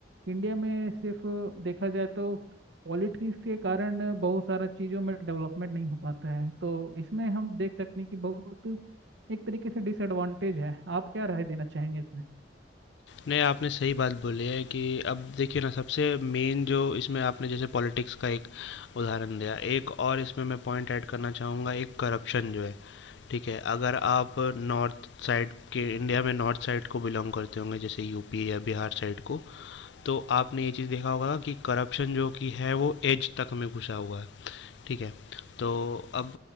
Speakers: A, on the right; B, on the left.
A: India में सिर्फ देखा जाए तो पॉलिटिक्स के कारण बहुत सारा चीज़ों में डेवलपमेंट नहीं हो पाता है तो इसमें हम देख सकते हैं कि बहुत एक तरीके से डिसएडवांटेज है आप क्या राय देना चाहेंगे इसमें
B: नहीं आपने सही बात बोली है कि अब देखिए ना सबसे मेन जो इसमें आपने जैसे पॉलिटिक्स का एक उदाहरण दिया एक और इसमें मैं पॉइंट ऐड करना चाहूँगा एक करप्शन जो है ठीक है अगर आप नॉर्थ साइड के इंडिया में नॉर्थ साइड को बिलोंग करते होंगे जैसे यूपी या बिहार साइड को तो आपने ये चीज़ देखा होगा कि करप्शन जो कि है वो एज तक में घुसा हुआ है ठीक है तो अब